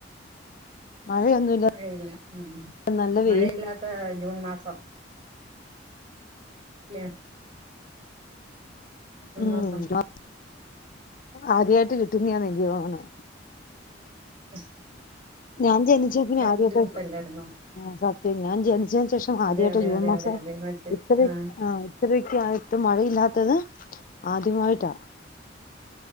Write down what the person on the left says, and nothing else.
മഴയൊന്നുമില്ല
നല്ല വെയിൽ
ഉം
ആദ്യായിട്ട് കിട്ടുന്നയ എനിക്ക് തോന്ന്ണെ
ഞാൻ ജനിച്ച പിന്നെ ആദ്യക്കെ
ആ സത്യം ഞാൻ ജനിച്ചന് ശേഷം ആദ്യയിട്ടോ
ജൂൺ
മാസം
ഇത്തര
ആഹ് ഇത്തരക്ക് ആയിട്ട് മഴ ഇല്ലാത്തത് ആദ്യമായിട്ടാ